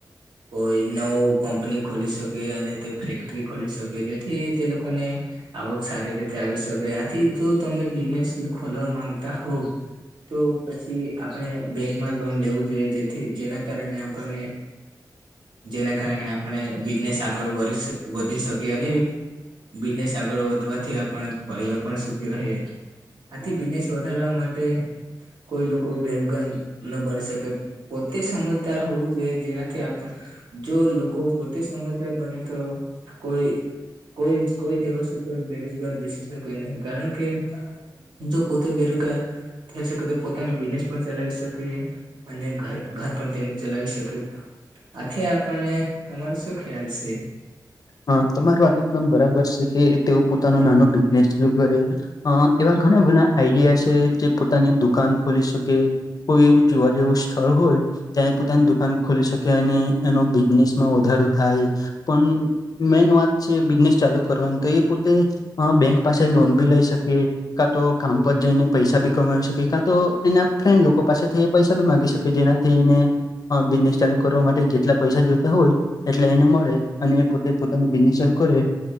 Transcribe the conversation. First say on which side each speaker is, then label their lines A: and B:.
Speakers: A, on the right; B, on the left.
A: કોઈ નવ કંપની ખોલી શકે અને તે ફેક્ટરી ખોલી શકે જેથી તે લોકોને આવક સારી રીતે આવી શકે આથી જો તમે બિઝનેસ ખોલવા માંગતા હોય તો પછી આપણે બેંકમાં લોન લેવું જોઈએ જેથી જેના કારણે આપણને જેના કારણે આપણે બિઝનેસ આગળ વરી વધી શકીએ અને બિઝનેસ આગળ વધવાથી આપ પરિવાર પણ સુખી રહે આથી બિઝનેસ વધારવા માટે કોઈ લોકો બેરોજગાર ન બળશે કે પોતે સમજદાર હોવું જોઈએ, જેનાથી આપણે જો લોકો પોતે સમજદાર બને તો કોઈ કોઈ કોઈ દિવસે કોઈ બેરોજગાર બેસી શકે નહીં કારણ કે, જો પોતે બેરોજગાર થઈ શકે, તો પોતાનો બિઝનેસ પણ ચલાવી શકે. અને ઘર ધર પણ તેમને ચલાવી શકે. આથી આપણે તમારો શું ખ્યાલ છે.
B: હા તમારી વાત એકદમ બરાબર છે, કે તેઓ પોતાનું નાનો બિઝનેસ ચાલુ કરે. અ એવા ઘણા ઘણા આઈડિયા છે, જે પોતાની દુકાન ખોલી શકે. કે કોઈ એવું જોવા જેવું સ્થળ હોય ત્યાં, પોતાની દુકાન ખોલી શકે અને એનો બિઝનેસમાં વધારો થાય પણ. મેન વાત છે, બિઝનેસ ચાલુ કરવાની તો એ પોતે અ બેંક પાસે લોન બી લઈ શકે કાતો, કામ પર જઈને પૈસા બી કમાવી શકે કાતો એના ફ્રેન્ડ લોકો પાસેથી પૈસા બી મા માંગી શકે જેનાથી એને. બિઝનેસ ચાલુ કરવા માટે જેટલા પૈસા જોતા હોય, એટલા એને મળે અને એ પોતાનું બિઝનેસ કરે